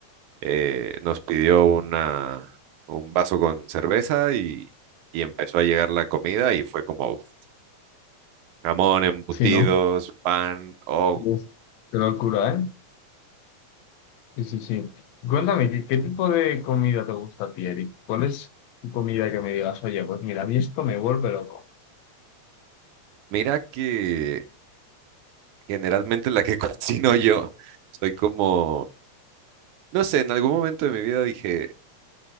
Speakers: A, on the right; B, on the left.
A: eh, nos pidió una, un vaso con cerveza y, y empezó a llegar la comida y fue como... uf, Jamón, embutidos,
B: Sí, ¿no?
A: pan, oh,
B: Uf, Qué locura, ¿eh? Sí, sí, sí. Cuéntame, ¿qué, qué tipo de comida te gusta a ti, Eric? ¿Cuál es tu comida que me digas, oye, pues mira, a mí esto me vuelve loco?
A: Mira que generalmente la que <laughs> cocino yo. Soy como, no sé, en algún momento de mi vida dije,